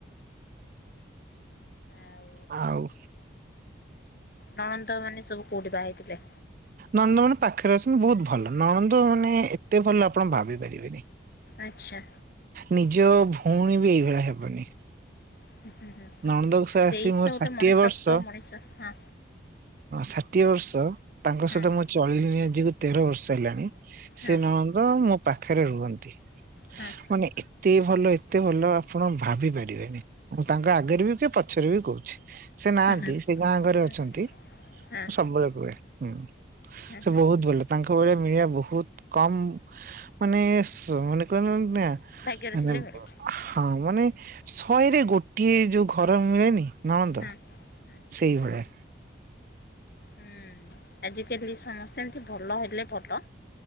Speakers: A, on the left (about 55°); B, on the right (about 45°).
A: ଆଉ
B: ଆଉ
A: ନଣନ୍ଦ ମାନେ ସବୁ କୋଉଠି ବାହା ହେଇଥିଲେ?
B: ନଣନ୍ଦ ମାନେ ପାଖରେ ଅଛନ୍ତି ବହୁତ ଭଲ ନଣନ୍ଦ ମାନେ ଏତେ ଭଲ ଆପଣ ଭାବି ପାରିବେନି।
A: ଆଚ୍ଛା।
B: ନିଜ ଭଉଣୀ ବି ଏଇଭଳିଆ ହେବନି।
A: ହୁଁ ହୁଁ ହୁଁ।
B: ନନ୍ଦକୋଷ
A: ସେଇ
B: ଆସି ମୋର
A: ତ ଗୋଟେ
B: ଷାଠିଏ
A: ମଣିଷତ୍ୱ
B: ବର୍ଷ।
A: ମଣିଷ ହଁ
B: ଷାଠିଏ ବର୍ଷ ତାଙ୍କ
A: ହଁ
B: ସହିତ ମୁଁ ଚଳିଲିଣିି ଆଜିକୁ ତେର ବର୍ଷ ହେଲାଣି
A: ହଁ
B: ସେ ନଣ ମୋ ପାଖରେ ରୁହନ୍ତି।
A: ହଁ।
B: ମାନେ ଏତେ ଭଲ ଏତେ ଭଲ ଆପଣ ଭାବି ପାରିବେନି। ତାଙ୍କ ଆଗରେ ବି କି ପଛରେ ବି କହୁଛି ସେ ନାହାନ୍ତି
A: ହୁଁ ହୁଁ ହୁଁ
B: ସେ ଗାଁ ଘରେ
A: ହଁ
B: ଅଛନ୍ତି। ମୁଁ
A: ହଁ
B: ସବୁବେଳେ କୁହେ ହୁଁ।
A: ହୁଁ
B: ସେ
A: ହୁଁ
B: ବହୁତ
A: ହୁଁ
B: ଭଲ ତାଙ୍କ ଭଳିଆ ମିଳିବା ବହୁତ କମ୍ ମାନେ ସେ କହନ୍ତି ନା
A: ଭାଗ୍ୟରେ
B: ମାନେ
A: ଥିଲେ ମିଳେ
B: ହଁ ମାନେ ଶହେରେ ଗୋ ଗୋଟିଏ ଯୋଉ ଘର ମିଳେନି ନଳନ୍ଦ
A: ହୁଁ ହୁଁ।
B: ସେଇଭଳିଆ।
A: ହୁଁ ଆଜିକାଲି ସମସ୍ତେ ଏମିତି ଭଲ ହେଲେ ଭଲ।